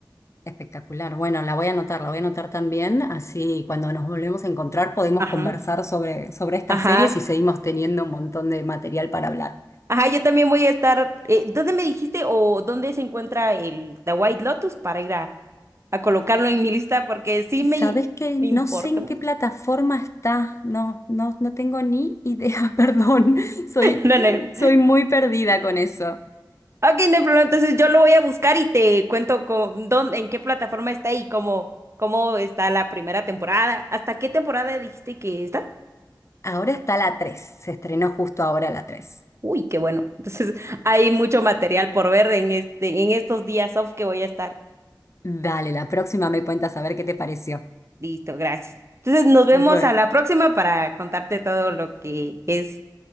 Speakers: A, on the left; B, on the right.
A: Espectacular. Bueno, la voy a anotar, la voy a anotar también, así cuando nos volvemos a encontrar podemos
B: Ajá,
A: conversar sobre, sobre estas
B: ajá.
A: series y seguimos teniendo un montón de material para hablar.
B: Ajá, yo también voy a estar. eh, ¿dónde me dijiste o dónde se encuentra el The White Lotus para ir a, a colocarlo en mi lista? Porque sí
A: ¿Sabes
B: me,
A: qué?
B: me importa
A: No sé en
B: mucho.
A: qué plataforma está, no, no, no tengo ni idea, <laughs> perdón, soy,
B: <laughs> Dale.
A: soy muy perdida con eso.
B: Ok, no hay problema. Entonces yo lo voy a buscar y te cuento con dónde, en qué plataforma está y cómo, cómo está la primera temporada. ¿Hasta qué temporada dijiste que está?
A: Ahora está la 3. se estrenó justo ahora la 3.
B: Uy, qué bueno. <laughs> Entonces hay mucho material por ver en este, en estos días off que voy a estar.
A: Dale, la próxima me cuentas a ver qué te pareció.
B: Listo, gracias. Entonces nos vemos
A: Bueno,
B: a la próxima para contarte todo lo que es,